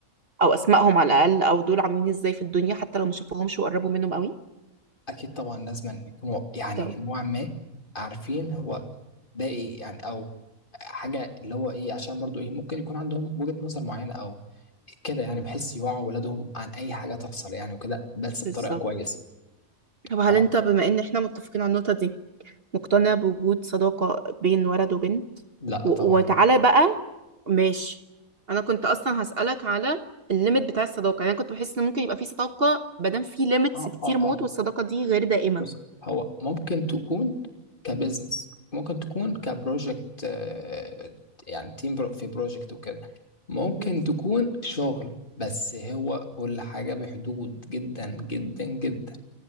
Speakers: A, on the right; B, on the left.
A: أو أسمائهم على الأقل أو دول عاملين إزاي في الدنيا حتى لو ما شافوهمش وقربوا منهم قوي
B: اكيد طبعا لازم يكونوا يعني
A: طب
B: نوعا ما عارفين هو ده ايه يعني او حاجه اللي هو ايه عشان برضو ايه ممكن يكون عندهم وجهه نظر معينه او كده يعني بحيث يوعوا ولادهم عن اي حاجه تحصل يعني وكده بس
A: بالظبط
B: بطريقه كويسه
A: طب هل
B: آه،
A: أنت بما إن إحنا متفقين على النقطة دي مقتنع بوجود صداقة بين ولد وبنت
B: لا
A: و-
B: طبعا
A: وتعالى بقى ماشي انا كنت اصلا هسألك على الليميت بتاع الصداقة يعني أنا كنت بحس ان ممكن يبقى في صداقة مادام في ليميتس
B: اه
A: كتير
B: اه
A: موت
B: اه
A: والصداقة دي غير دائمة
B: بس هو ممكن تكون كبزنس ممكن تكون كبروجكت آه، يعني تيم برو في بروجكت وكده ممكن
A: مم.
B: تكون شغل بس هو كل حاجة بحدود جدا جدا جدا